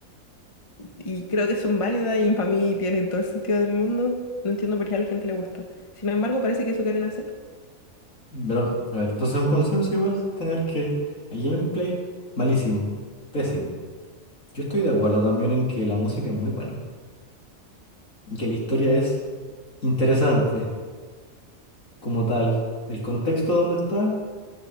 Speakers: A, on the left; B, on the left.
A: y creo que son válidas y para mí tienen todo el sentido del mundo. No entiendo por qué a la gente le gusta. Sin embargo, parece que eso quieren hacer.
B: pero, a ver, entonces es un consenso igual tener que el gameplay, malísimo, pésimo. Yo estoy de acuerdo también en que la música es muy buena, y que la historia es interesante como tal. El contexto donde está